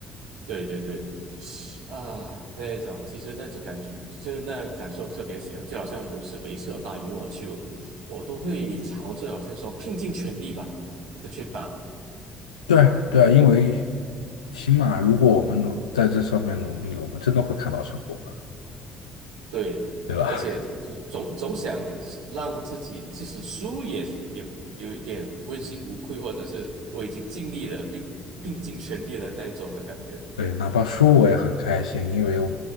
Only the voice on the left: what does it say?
对啊对啊，因为起码如果我们努在这上面努力了，我们真的会看到成果。
对吧？
对，哪怕输我也很开心，因为